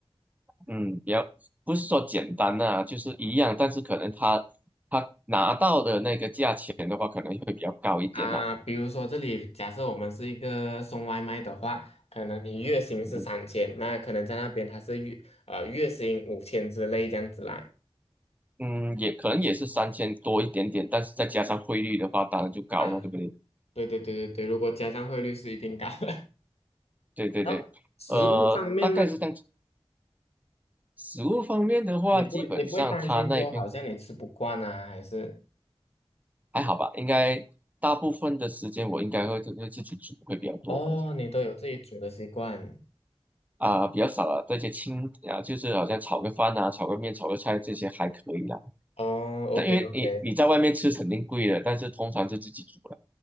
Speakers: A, on the right (about 15°); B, on the left (about 85°).
A: 嗯，比较不是说简单呐、就是一样，但是可能他他拿到的那个价钱的话，可能会比较高一点呐、
B: 啊，比如说这里假设我们是一个送外卖的话，可能你月薪是三千，
A: 嗯
B: 那可能在那边他是月呃月薪五千之类这样子啦。
A: 嗯，也可能也是三千多一点点，但是再加上汇率的话，当然就高了，
B: 啊，
A: 对不对？
B: 对对对对对，如果加上汇率是一定高的。<laughs>
A: 对对对，
B: 然后食物方面呢，
A: 呃，大概是这样子。食物方面的话，
B: 你不会你不会担心说好像你吃不惯啊，
A: 基本上他那边
B: 还是
A: 还好吧，应该大部分的时间我应该会会自己煮会比较多吧，
B: 哦你都有自己煮的习惯？
A: 啊、比较少了这些轻啊，就是好像炒个饭啊、炒个面、炒个菜这些还可以啦。
B: 哦，OK
A: 但因为你你在外面吃肯定贵的，
B: OK，
A: 但是通常是自己煮了。